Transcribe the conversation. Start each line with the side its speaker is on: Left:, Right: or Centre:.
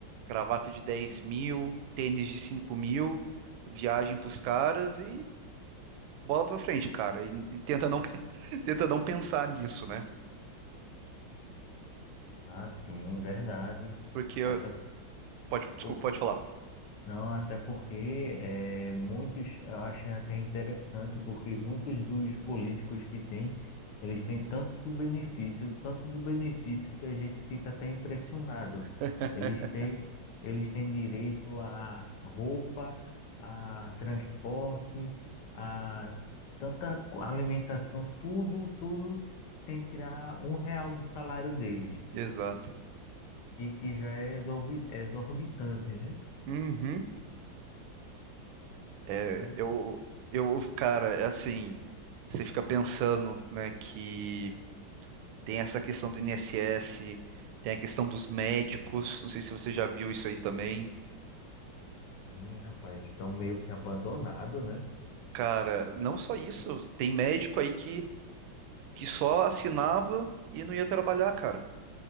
Right: gravata de dez mil, tênis de cinco mil, viagem pros caras e bola pra frente, cara, e, e tenta não, pe- <laughs> tenta não pensar nisso, né?
Left: Ah, sim, verdade.
Right: Porque,
Left: Até
Right: pode, desculpa,
Left: Por-
Right: pode falar.
Left: Não, até porque é muitos, eu acho até interessante, porque muitos dos políticos que têm, eles têm tanto do benefício, tanto do benefício que a gente fica até impressionado.
Right: <laughs>
Left: Eles têm, eles têm direito a roupa, a transporte, a tanta co- alimentação, tudo, tudo sem tirar um real do salário deles,
Right: Exato.
Left: e que já é exorbi- exorbitante,
Right: Uhum. É,
Left: né?
Right: eu, eu, cara, é assim, você fica pensando, né, que tem essa questão do INSS, tem a questão dos médicos, não sei se você já viu isso aí também.
Left: Ih, rapaz, estão meio que abandonado, né?
Right: Cara, não só isso, tem médico aí que, que só assinava e não ia trabalhar, cara.